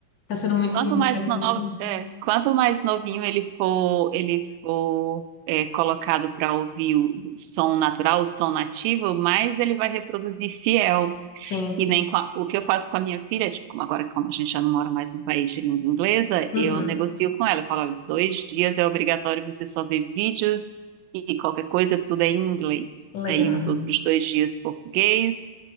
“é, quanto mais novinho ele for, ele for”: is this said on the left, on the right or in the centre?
Right